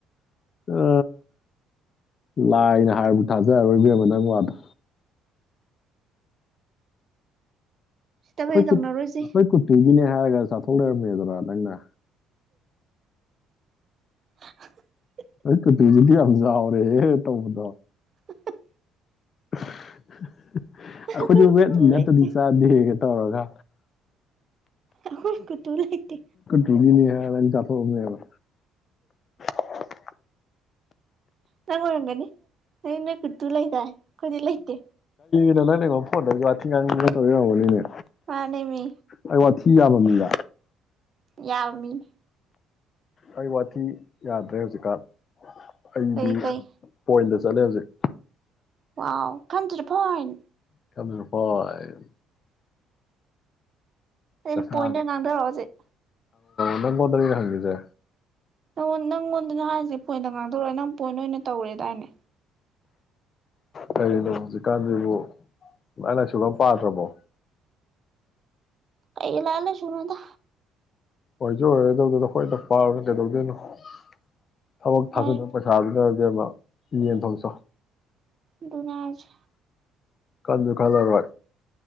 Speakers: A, on the left; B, on the right.
A: ꯑ ꯂꯥꯏꯅ ꯍꯥꯏꯔꯕꯨ ꯊꯥꯖꯔꯣꯏ ꯏꯕꯦꯝꯃ ꯅꯪ ꯋꯥꯗꯣ
B: ꯁꯤꯠꯇꯕꯗꯤ
A: ꯈꯣꯏ
B: ꯇꯧꯅꯔꯣꯏꯁꯤ
A: ꯀꯨꯠ ꯈꯣꯏ ꯀꯨꯠꯇꯨꯒꯤꯅꯦ ꯍꯥꯏꯔꯒ ꯆꯥꯊꯣꯛꯂꯩꯔꯝꯃꯦꯗꯣꯔ ꯅꯪꯅ
B: <inaudible>
A: ꯑꯩ ꯀꯨꯠꯇꯤꯖꯤꯗꯤ ꯌꯥꯝ ꯆꯥꯎꯔꯦꯌꯦ ꯇꯧꯕꯗꯣ
B: ꯍꯍꯥ
A: <unintelligible>
B: ꯑꯩꯈꯣꯏ
A: ꯑꯩꯈꯣꯏꯖꯨ ꯋꯦꯠꯅ
B: ꯀꯨꯇꯨ
A: ꯅꯠꯇꯗꯤ
B: ꯂꯩꯇꯦ
A: ꯆꯥꯗꯦ ꯇꯧꯔꯒ
B: ꯑꯈꯣꯏ ꯀꯨꯇꯨ ꯂꯩꯇꯦ
A: ꯇꯒꯤꯅꯤ ꯍꯥꯏꯔ ꯅꯪ ꯆꯥꯊꯣꯛꯑꯝꯃꯦꯕ <inaudible>
B: ꯅꯪ ꯑꯣꯏꯔꯝꯒꯅꯤ ꯅ ꯅꯣꯏ ꯀꯨꯠꯇꯨ ꯂꯩꯗꯥꯏ ꯈꯣꯏꯗꯤ ꯂꯩꯇꯦ
A: ꯅꯣ ꯅꯪ ꯑꯩꯉꯣꯟꯗ ꯐꯣꯟꯗꯒ ꯋꯥꯊꯤ ꯉꯥꯡꯒꯦꯅ ꯇꯧꯔꯤ ꯑꯣꯏꯔꯝꯒꯅꯤꯅꯦ
B: ꯃꯥꯟꯅꯦꯃꯤ
A: ꯑꯩ ꯋꯥꯊꯤ ꯌꯥꯕ ꯃꯤꯔ
B: ꯌꯥꯕ ꯃꯤꯅꯤ
A: ꯑꯩ ꯋꯥꯊꯤ ꯌꯥꯗ꯭ꯔꯦ ꯍꯧꯖꯤꯛꯀꯥꯟ ꯑꯩꯗꯤ
B: ꯀꯔꯤ ꯀꯔꯤ
A: ꯄꯣꯏꯂꯁ ꯆꯠꯂꯦ ꯍꯧꯖꯤꯛ
B: ꯋꯥꯎ ꯀꯝ ꯇꯨ ꯗ ꯄꯣꯏꯟ
A: <unintelligible> ꯉꯥꯡꯉꯣ
B: ꯑꯗꯨꯗꯤ ꯄꯣꯏꯟꯗ ꯉꯥꯡꯗꯔꯛꯑꯣ ꯍꯧꯖꯤꯛ
A: ꯅꯪꯉꯣꯟꯗꯅꯤꯅꯦ ꯍꯪꯒꯤꯁꯦ
B: ꯑꯣ ꯅꯪꯉꯣꯟꯗꯅ ꯍꯥꯏꯔꯤꯁꯦ ꯄꯣꯏꯟꯗ ꯉꯥꯡꯊꯣꯔꯛꯑꯣ ꯅꯪ ꯄꯣꯏꯟ ꯑꯣꯏꯅ ꯇꯧꯔꯦꯗꯥꯏꯅꯦ
A: ꯀꯔꯤꯅꯣ ꯍꯧꯖꯤꯛꯀꯥꯟꯁꯤꯕꯨ ꯂꯥꯏ ꯂꯥꯏꯁꯨꯒ ꯑꯝ ꯄꯥꯗ꯭ꯔꯕꯣ
B: ꯀꯩ ꯂꯥꯏ ꯂꯥꯏꯁꯨꯅꯣꯗꯥ
A: ꯑꯣꯏꯁꯨ ꯑꯣꯏꯔꯣꯏꯗꯧꯗꯨꯗ ꯍꯣꯏꯗ ꯄꯥꯔꯨꯅꯣ ꯀꯩꯗꯧꯗꯣꯏꯅꯣ ꯊꯕꯛ
B: ꯂꯥꯏꯔꯤꯛ
A: ꯊꯥꯖꯤꯟꯅꯕ ꯄꯩꯁꯥ ꯗꯨꯅ ꯁꯤ ꯌꯦꯟ ꯊꯣꯡ ꯆꯥꯎ
B: ꯑꯗꯨꯅꯦ ꯍꯥꯏꯁꯦ
A: ꯈꯟꯁꯨ ꯈꯜꯂꯔꯣꯏ